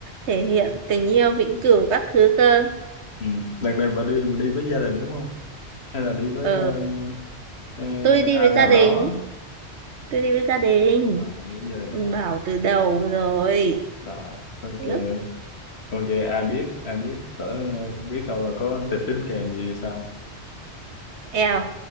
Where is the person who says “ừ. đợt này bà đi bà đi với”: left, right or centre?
Left